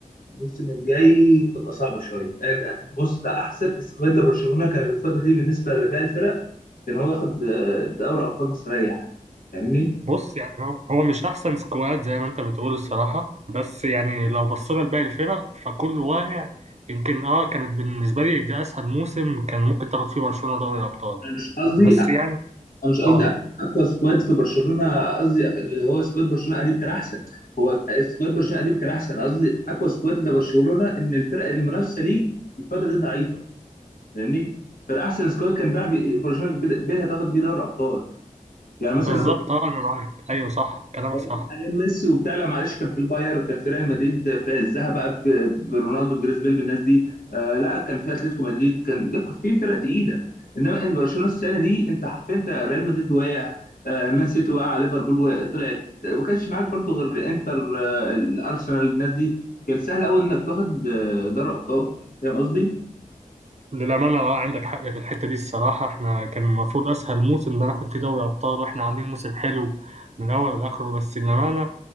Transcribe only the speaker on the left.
الموسم الجاي تبقى صعبة شوية يعني ده- بص ده أحسن اسكواد لبرشلونة كان الفترة دي بالنسبة لباقي الفرق كان هو ياخد آه، دوري أبطال مستريح فاهمني؟
انا مش قصدي
انا
مش قصدي
أك- اقوى سكواد في برشلونه قصدي أك- اللي هو سكواد برشلونه قديم كان احسن هو سكواد برشلونه قديم كان احسن قصدي اقوى سكواد لبرشلونه ان الفرق المنافسه ليه الفتره دي ضعيفه فاهمني فالاحسن سكواد كان بيلعب برشلونه بيتها تاخد بيه دوري ابطال يعني
مثلا
ايام
أيام ميسي وبتاع لا معلش كان في الباير كان في ريال مدريد في عزها بقى بك- برونالدو بجريزبيل بالناس دي آه لا كان في اتلتيكو مدريد كان ده كان في فرق تقيله انما ان برشلونه السنه دي انت حرفيا انت ريال مدريد وقع آه مان سيتي وقع ليفربول وقع طلعت ما كانش معاك برضو غير انتر آه الارسنال الناس دي كان سهل قوي انك تاخد آه دوري ابطال فاهم قصدي؟